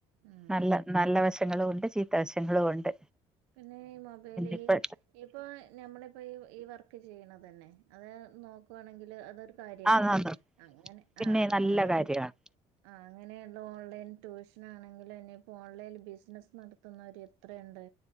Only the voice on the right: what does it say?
ഉം
പിന്നെ മൊബൈല്
ഈ ഇപ്പോൾ ഞമ്മളിപ്പോൾ ഈ വർക്ക് ചെയ്യണെതെന്നെ അത് നോക്കുവാണെങ്കില് അതൊരു കാര്യല്ലേ
അങ്ങനെ
ആഹ് അങ്ങനെയാർ
ആഹ് അങ്ങനെയുള്ള ഓൺലൈൻ ട്യൂഷൻ ആണെങ്കിലും എനിയിപ്പോ ഓൺലൈൻ ബിസിനസ് നടത്തുന്നവര് എത്രയുണ്ട്